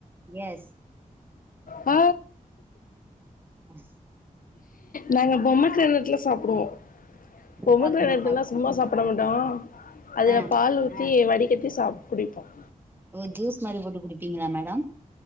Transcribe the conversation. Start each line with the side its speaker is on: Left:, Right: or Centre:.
Right: எஸ்
Left: ஹ
Right: ம்
Left: நாங்க பொமி கிராண்ணட் சாப்பிடுவோம் பொமி
Right: சாப்டுங்க
Left: கிராண்ணட்
Right: சாப்டுங்க
Left: எல்லா சும்மா சாப்டுவோம் சப்பிட மாட்டோ அதுல
Right: ஆ
Left: பால் ஊத்தி வடி கட்டி சாப்ப குடிப்போம்
Right: ஓ ஜூஸ் மாரி போட்டு குடிப்பீங்களா மேடம்